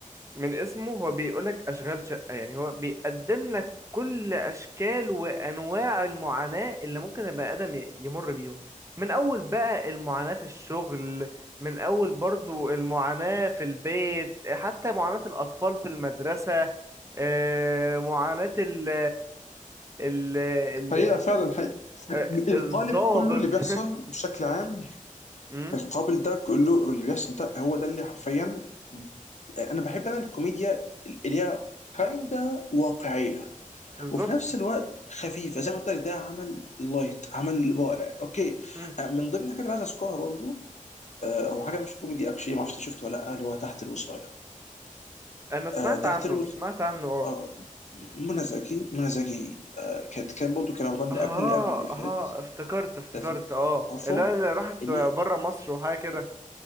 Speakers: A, on the right; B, on the left.
A: من اسمه هو بيقولك أشغال شقة يعني هو بيقدم لك كل أشكال وأنواع المعاناة اللي ممكن البني آدم ي- يمر بيهم من أول بقى المعاناة في الشغل من أول برضو المعاناة في البيت حتى معاناة الأطفال في المدرسة آه، معاناة ال ال ال-
B: حقيقة فعلا حقيقة
A: آه،
B: القالب
A: الضابط
B: كله اللي
A: <laughs>
B: بيحصل بشكل عام
A: مم،
B: القابل ده كله اللي بيحصل ده هو ده اللي حرفيا انا بحب انا الكوميديا اللي هي كايندا واقعية
A: بالظبط
B: وفي نفس الوقت خفيفة زي ما قلت لك ده عمل لايت عمل رائع اوكي
A: مم.
B: آه، من ضمن الحاجات اللي عايز اذكرها برضو آه، هو حاجه مش كوميدي اكشلي ما اعرفش انت شفته ولا لا اللي هو تحت الوصايه
A: أنا سمعت
B: آه، تحت
A: عنه
B: الوصايه
A: سمعت عنه آه.
B: اه منى زكي منى زكي آه، كانت كان برضه كان رمضان اللي
A: ها
B: قبل اللي قبل اللي فات
A: ها افتكرت افتكرت
B: ده فيلم.
A: اه
B: عارفه
A: لا اللي راحت
B: اللي
A: بره مصر وحاجه كده